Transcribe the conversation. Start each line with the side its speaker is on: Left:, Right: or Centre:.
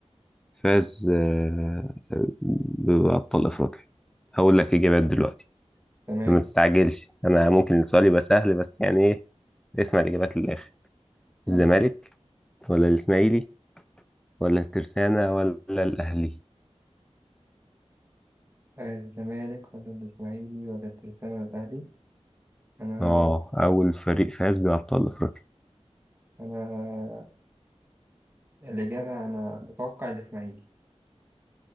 Centre: فاز آه، آه، بأبطال أفريقيا هقول لك إجابات دلوقتي
Right: تمام
Centre: ما تستعجلش أنا ممكن السؤال يبقى سهل بس يعني إيه اسمع الإجابات للآخر
Right: مم.
Centre: الزمالك ولا الإسماعيلي ولا الترسانة ولا الأهلي
Right: آه، الزمالك ولا الإسماعيلي ولا الترسانة ولا الأهلي أنا
Centre: آه أول فريق فاز بأبطال أفريقيا
Right: أنا الإجابة أنا بتوقع الإسماعيلي